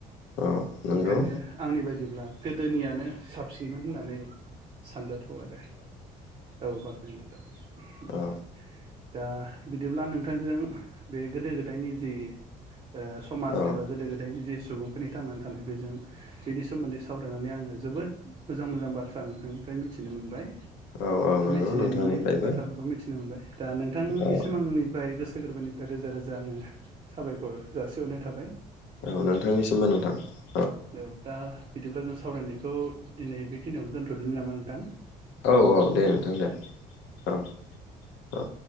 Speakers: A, on the left; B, on the right.
A: औ नंगौ
B: ओंखायनो आंनि बायदि ब्ला गोदोनियानो साबसिनमोन होननानै सानजाथाव आरो औ बाख्नायजाथाव
A: औ
B: दा बिदिब्ला नोंथांजों बे गोदो गोदायनि जि ओ समाज
A: औ
B: एबा गोदो गोदायनि जि सुबुंफोरनि थांनानै थानाय बेजों बेनि सोमोन्दै सावरायनानै आङो जोबोद मोजां मोजां बाथ्रा नोंथांनिफ्राय मिथिनो मोनबाय।
A: औ औ नंगौ
B: मिथियो
A: नोंथांनिफ्रायबो
B: माने बाथ्राफोरखौ मिथिनो मोनबाय दा नोंथां
A: औ
B: सिमांनिफ्राय गोसो गोरबोनिफ्राय रोजा रोजा आङो साबायखर जासे हरनाय थाबाय।
A: औ नोंथांनिसिमबो नोंथां ।
B: औ दा बिदिब्ला जों सावरायनायखौ दिनै बेखिनियावनो दोन्थ'दिनि नामा नोंथां?
A: औ औ दे नोंथां दे औ औ